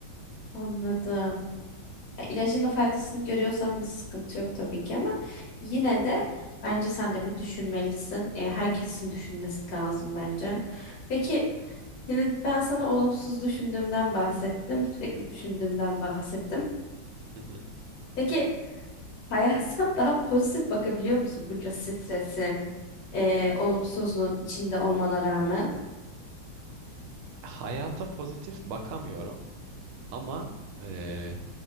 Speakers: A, on the left; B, on the right.
A: Anladım. Ya, İlacın da faydasını görüyorsan bir sıkıntı yok tabii ki ama yine de bence sen de bir düşünmelisin. E, herkesin düşünmesi lazım bence. Peki şimdi ben sana olumsuz düşündüğümden bahsettim. Sürekli düşündüğümden bahsettim.
B: <laughs>
A: Peki hayata <laughs> daha pozitif bakabiliyor musun bunca stresin, e, olumsuzluğun içinde olmana rağmen?
B: Hayata pozitif bakamıyorum ama eee,